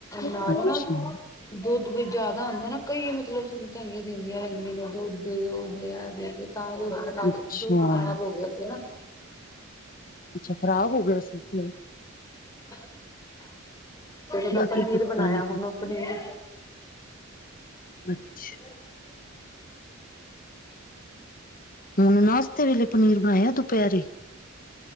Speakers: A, on the left (about 40°); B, on the left (about 15°).
A: ਅੱਛਾ
B: ਨਾਲ ਨਾ ਦੁੱਧ ਵੀ ਜ਼ਿਆਦਾ ਹੁੰਦਾ ਨਾ, ਕਈ ਮਤਲਬ ਸੰਗਤਾਂ ਦਿੰਦੀਆਂ ਰਹਿੰਦੀਆਂ ਨੇ, ਦੁੱਧ ਦੇ ਉਹ ਦੇ ਆ ਦੇ ਤੇ ਤਾਂ ਦੁੱਧ ਖਰਾਬ
A: ਅੱਛਾ
B: ਦੁੱਧ ਖ਼ਰਾਬ ਹੋ ਗਿਆ ਸੀ ਨਾ।
A: ਅੱਛਾ ਖ਼ਰਾਬ ਹੋ ਗਿਆ ਸੀ ਫਿਰ
B: <unintelligible> ਫਿਰ ਉਹਦਾ ਪਨੀਰ
A: ਕੀ ਕੀਤਾ
B: ਬਣਾਇਆ,
A: ਨੀ
B: ਹੁਣ
A: ਫਿਰ
B: ਉਹ ਪਨੀਰ
A: ਅੱਛਾ।
B: <inaudible>
A: ਹੁਣ ਨਾਸਤੇ ਵੇਲੇ ਪਨੀਰ ਬਣਾਇਆ ਦੁਪੇਰੇ।